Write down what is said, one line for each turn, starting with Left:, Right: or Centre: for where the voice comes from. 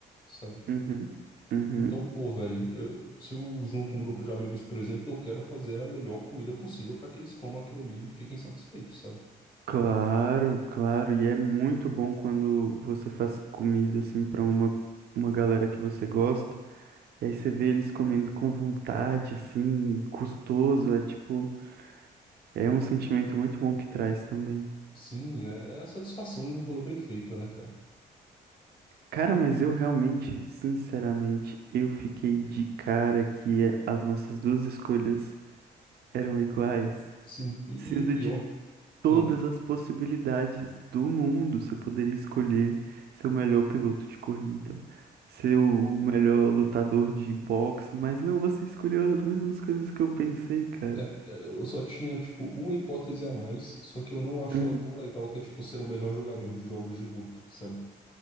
Left: sabe?
Right: Uhum. Uhum.
Left: Então, pô, velho, se eu junto um grupo de amigos, por exemplo, eu quero fazer a melhor comida possível para que eles comam aquilo ali e fiquem satisfeitos, sabe?
Right: Claro, claro. E é muito bom quando você faz comida, assim, pra uma, uma galera que você gosta. E aí você vê eles comendo com vontade, assim, custoso. É tipo. É um sentimento muito bom que traz também.
Left: Sim, é, é a satisfação de um rolê bem feito, né, cara?
Right: Cara, mas eu realmente, sinceramente, eu fiquei de cara que é, as nossas duas escolhas eram iguais,
Left: Sim, e,
Right: sendo
Left: e o pior,
Right: de todas
Left: hã,
Right: as possibilidades do mundo, você poderia escolher ser o melhor piloto de corrida, ser o o melhor lutador de boxe, mas não, você escolheu as mesmas coisas que eu pensei, cara.
Left: é, é, eu só tinha, tipo, uma hipótese a mais, só que eu não acho
Right: Uhum.
Left: ela tão legal, que é, tipo, ser o melhor jogador de jogos de luta, sabe?